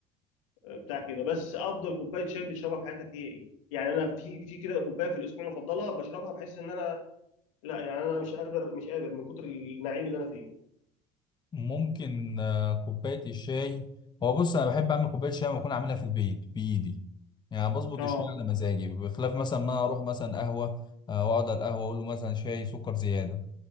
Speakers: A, on the left; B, on the left.
A: آه، بتاع كده بس افضل كوبايه شاي بتشربها في حياتك هي ايه يعني انا في في كده كوبايه في الاسبوع مفضله بشربها بحس ان انا لا يعني انا مش قادر مش قادر من كتر النعيم اللي انا فيه
B: ممكن آه، كوبايه الشاي هو بص انا بحب اعمل كوبايه شاي لما اكون عاملها في البيت بايدي يعني بظبط
A: اه
B: الشاي على مزاجي بخلاف مثلا ما اروح مثلا قهوه آه، واقعد على القهوه اقول له مثلا شاي سكر زياده